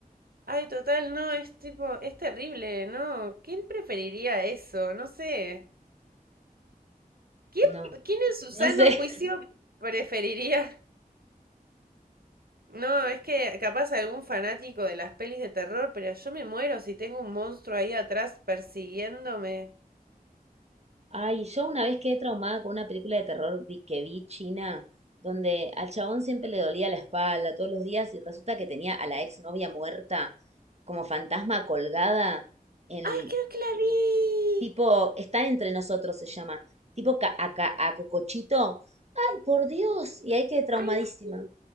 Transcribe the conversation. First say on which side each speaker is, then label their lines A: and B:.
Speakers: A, on the right; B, on the right.
A: Ay, total, no, es tipo, es terrible, ¿no? ¿Quién preferiría eso? No sé. ¿Quién,
B: No,
A: quién en su sano
B: <laughs> no sé.
A: juicio preferiría? No, es que capaz algún fanático de las pelis de terror, pero yo me muero si tengo un monstruo ahí atrás persiguiéndome.
B: Ay, yo una vez quedé traumada con una película de terror vi- que vi china, donde al chabón siempre le dolía la espalda todos los días y resulta que tenía a la exnovia muerta como fantasma colgada en
A: Ay, creo que la vi.
B: tipo, está entre nosotros se llama, tipo ca- a, ca- a, Cocochito. Ay, por Dios, y ahí quedé traumadísima.
A: Ay, sí.